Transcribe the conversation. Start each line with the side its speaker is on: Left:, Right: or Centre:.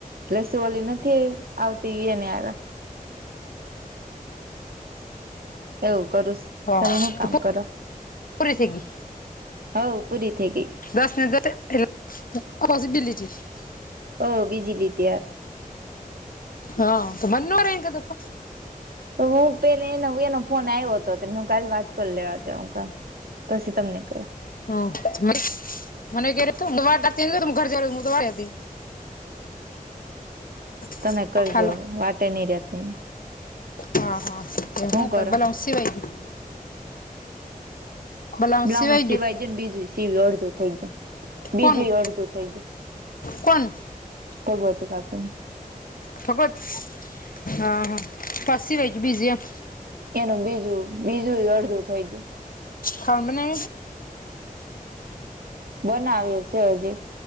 Right: લસ્સી ઓલી નથી આવતી ઈ ને આવ્યા. એવું કરુસુ.
Left: કોણ
Right: તમે
Left: હા
Right: શું કામ
Left: તો
Right: કરો
Left: પૂરી થઈ ગઈ
Right: હવ પૂરી થઈ ગઈ.
Left: દસ મનટ જ એપોસિબિલીિટી <unintelligible>
Right: ઓ બીજ લી ત
Left: હા તો મનેોર એ કદપ
Right: હું પે એનો એનો ફોન આવ્યો હતો ત હું કાલે વાત કરી લેવા ત હું પછી તમને કહું.
Left: હ મને ક ર ઘર જુંવા હતી. <inaudible>
Right: તમે કરજો
Left: હાલો
Right: હવે વાટે નહી રહેતી.
Left: હા હા તે હું ક
Right: કરો
Left: ભલે હું સિવાયયો. બલાઉ
Right: બ્લાઉઝ સિવાય
Left: ગયું
Right: જ ને બીજું સીવી અડધો થઈ ગયા બીજું
Left: કોનું
Right: અડધું થઇ ગયું
Left: કોનું
Right: ભગવતી કાકીને
Left: ભગવત હા હા પરછ વચ બીઝી એમ.
Right: એનું બીજું બીજું અડધું થઈ ગયું.
Left: ખમણે.
Right: બનાવી હ છે હજી.